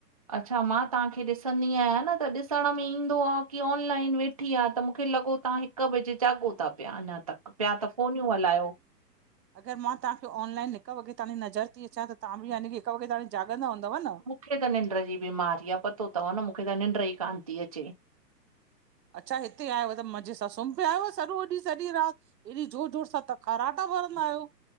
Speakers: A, on the right; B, on the right.
A: अच्छा मां तव्हांखे ॾिसंदी आहियां न त ॾिसण में ईंदो आ की ऑनलाइन वेठ। सुठी आ त मूंखे लॻो तव्हां हिकु बजे जाॻो था पिया। अञा तक पिया ता फ़ोनियूं हलायो।
B: अगर मां तव्हांखे ऑनलाइन हिकु वॻे ताणी नज़र थी अचां त तव्हां बि यानि की हिकु वॻे ताणी जाॻंदा हूंव न।
A: मूंखे त निंड जी बीमारी आ पतो तव न मूंखे त निंड ई कान थी अचे।
B: अच्छा। हिते आयो त मज़े सां सुम्ही पयां हूयो सॼो ॾींहुं सॼी रात। एॾी जोर जोर सां त खराटा भरंदा आहियो।